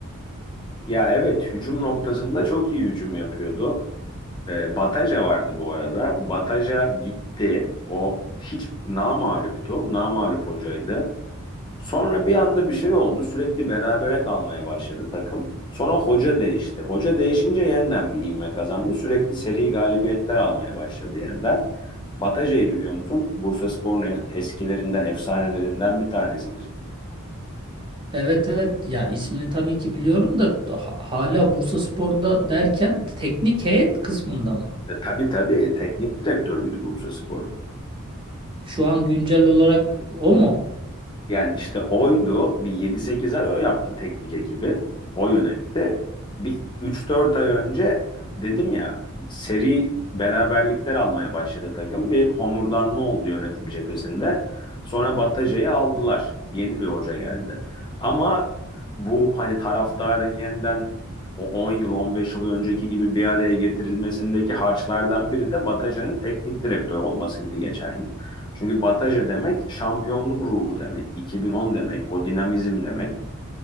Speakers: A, on the left (about 20°); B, on the right (about 20°).
A: Ya evet hücum noktasında çok iyi hücum yapıyordu. Ee, Bataja vardı bu arada. Bataja gitti. O hiç namağluptu. Namağlup hocaydı. Sonra bir anda bir şey oldu. Sürekli berabere kalmaya başladı takım. Sonra hoca değişti. Hoca değişince yeniden bir ivme kazandı. Sürekli seri galibiyetler almaya başladı yeniden. Bataja'yı biliyor musun? Bursaspor'un ef- eskilerinden, efsanelerinden bir tanesidir.
B: Evet evet ya ismini tabii ki biliyorum da ha- hala Bursaspor'da derken teknik heyet kısmında mı?
A: E, tabii tabii teknik direktörüydü Bursaspor'un.
B: Şu an güncel olarak o mu?
A: Yani işte oydu. Bir yedi sekiz ay o yaptı teknik ekibi. O yönetti. Bir üç dört ay önce dedim ya seri beraberlikler almaya başladı takım. Bir homurdanma oldu yönetim cephesinde. Sonra Bataja'yı aldılar. Yeni bir hoca geldi. Ama bu hani taraftarın yeniden o 10 yıl 15 yıl önceki gibi bir araya getirilmesindeki harçlardan biri de Bataja'nın teknik direktör olmasıydı geçen yıl. Çünkü Bataja demek şampiyonluk ruhu demek, 2010 demek, o dinamizm demek.